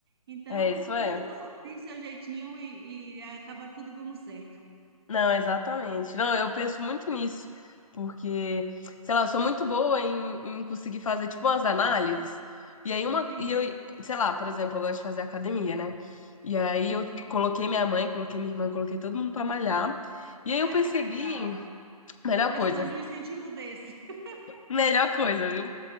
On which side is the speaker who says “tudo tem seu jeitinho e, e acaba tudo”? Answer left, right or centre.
Right